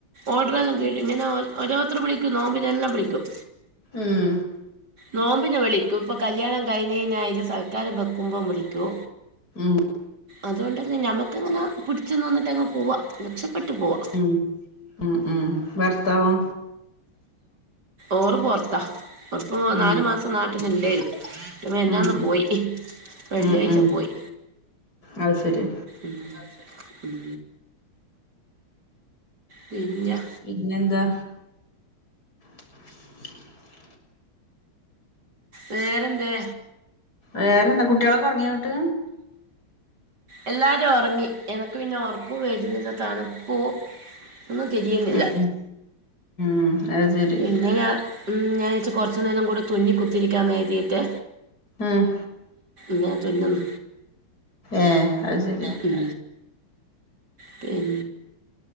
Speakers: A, on the right; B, on the left.
A: ഓർഡർ എല്ലാം കീഴും, ഇങ്ങനെ ഒരോരുത്തർ വിളിക്കും നോമ്പിന് എല്ലാം വിളിക്കും.
B: ഉം
A: നോമ്പിന് വിളി ഇപ്പൾ കല്യാണം കഴിഞ്ഞ കഴിഞ്ഞായലും സൽക്കാരം വെക്കുമ്പോ വിളിക്കൂ
B: ഉം
A: അതുകൊണ്ടന്നെ ഞമക്ക് അങ്ങനെ പിടിച്ചന്ന് വന്നിട്ട്ങ്ങ് പോവാ പോവാ
B: ഉം ഉം ഉം ഭർത്താവോ?
A: ഓര് പുറത്താ, ഇപ്പൊ
B: ഉം
A: നാലു മാസം നാട്ടിൽ ഉണ്ടായിന്നു. മിന്നാന്ന്
B: ഉം
A: പോയി, വെള്ളിയാഴ്ച
B: ഉം ഉം ഉം
A: പോയി
B: അത് ശരി-
A: ഉം ഉം പിന്നെ
B: പിന്നെെന്താ? <unintelligible>
A: വേറെന്തെ?
B: വേറെന്താ കുട്ടികളൊക്കെ ഉറങ്ങിയോന്നിട്ട്?
A: എല്ലാരോറങ്ങി എനക്ക് പിന്നെ ഉർക്കും വെരുന്നില്ല തണുപ്പൂ, ഒന്നും കെരിയ്ന്നില്ല,
B: ഉം ഉം ഉം അത് ശരി
A: പിന്നെയാ ഉം ഞാനീച്ഛ് കൊറച് നേരോം കൂടി തുന്നി കുത്തിരിക്കാന്ന് കരുതീട്ടേ
B: ഉം
A: ന്നാ തുന്ന്ന്ന്?
B: ഏഹ് അത് ശരി
A: ഉം പിൻ